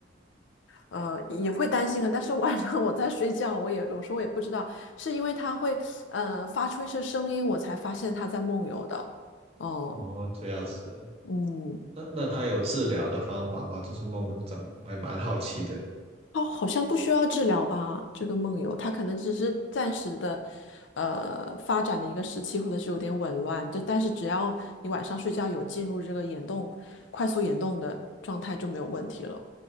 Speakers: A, on the left; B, on the right.
A: 呃，也会担心啊，但是晚上我在睡觉，我也有时候也不知道，是因为它会呃发出一些声音，我才发现它在梦游的。哦，
B: 哦，这样子。
A: 嗯，
B: 那那他有治疗的方法吗？就是梦的症，我还蛮好奇的。
A: 它好像不需要治疗吧？这个梦游，它可能只是暂时的，呃，发展的一个时期，或者是有点紊乱。这但是只要你晚上睡觉有进入这个眼动、快速眼动的状态，就没有问题了。